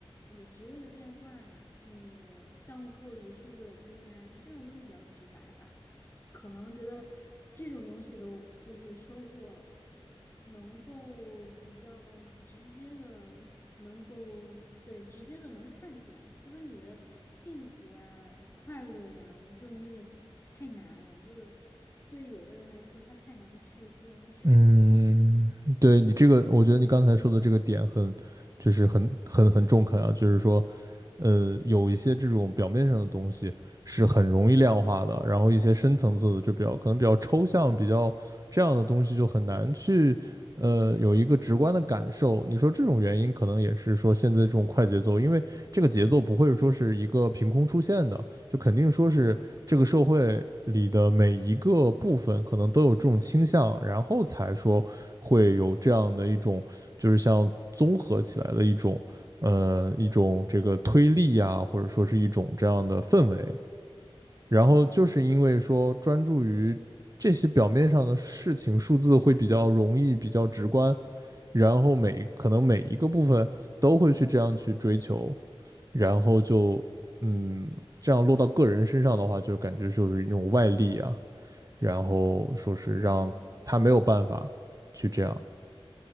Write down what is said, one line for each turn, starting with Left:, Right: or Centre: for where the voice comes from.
Left: 你的职位的变化，你账户里数字的增加，这种东西比较直白吧。可能觉得这种东西的，就是收获能够比较直接的，能够对直接的能看出来，比如说你的幸福呀、快乐呀这种东西太难了，就是对有的人来说，他太难去这种深入的思考。
Right: 嗯，对你这个，我觉得你刚才说的这个点很，就是很很很中肯啊，就是说，呃，有一些这种表面上的东西是很容易量化的，然后一些深层次的就比较可能比较抽象，比较这样的东西就很难去，呃，有一个直观的感受。你说这种原因可能也是说现在这种快节奏，因为这个节奏不会说是一个凭空出现的。就肯定说是这个社会里的每一个部分可能都有这种倾向，然后才说会有这样的一种，就是像综合起来的一种，呃，一种这个推力呀，或者说是一种这样的氛围。然后就是因为说专注于这些表面上的事情，
Left: 嗯，
Right: 数字会比较容易，比较直观，然后每可能每一个部分都会去这样去追求，然后就嗯，这样落到个人身上的话，就感觉就是一种外力啊，然后说是让他没有办法去这样，
Left: 对。